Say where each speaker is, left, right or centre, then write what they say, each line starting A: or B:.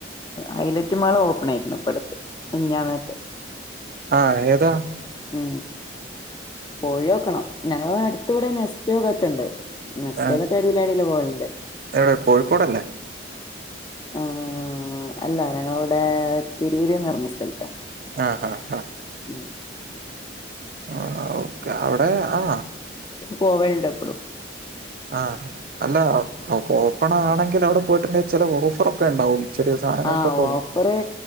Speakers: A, on the left (about 20°); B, on the right (about 50°).
A: ഹൈലറ്റ് മാള ഓപ്പൺ ആയിക്ക ഇപ്പ അടുത്ത് മഞ്ഞറ്റ്
B: ആഹ ഏതാ
A: ഉ പോയിോക്കണം ഞങ്ങള അടുത്ത് ഇവിടെ നെസ്റ്റോക്ക ഒക്കെ ഇണ്ട് നഷറ്റൊക്കെ
B: ആ,
A: അടിയിലാടില്ലേ പോളെ
B: എവിടെ കോഴിക്കോടല്ലേ
A: ആ അല്ല ഞങ്ങളവിടെ തിരുവൂരിന്ന് പററഞ്ഞ സ്ഥലത്താണ്
B: ആഹ് ആഹ് ആഹ്
A: ഉം
B: ആഹ അവിടെ ആ
A: കോവലടെ അപ്പഴും
B: ആഹ അല്ല അഓ ഓപ്പൺ ആണെങ്കിൽ അവിടെ പോയിട്ടുണ്ടെിൽ ചില ഓഫറൊക്കെ ഉണ്ടാവും ചെറിയ സാധനങ്ങൾക്കൊക്കെ
A: ആഹ ഓഫറ്